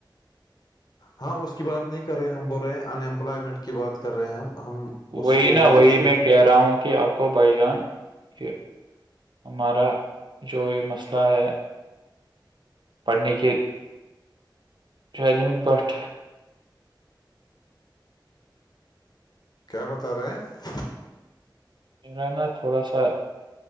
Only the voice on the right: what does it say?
وہی
نہا
وہی
میں کہہ رہا ہوں کہ آپ کو بھائی جان یہ ہمارا جو یہ مسئلہ ہے پڑھنے کے شاہد احمید بٹ
میرا نا تھوڑا سا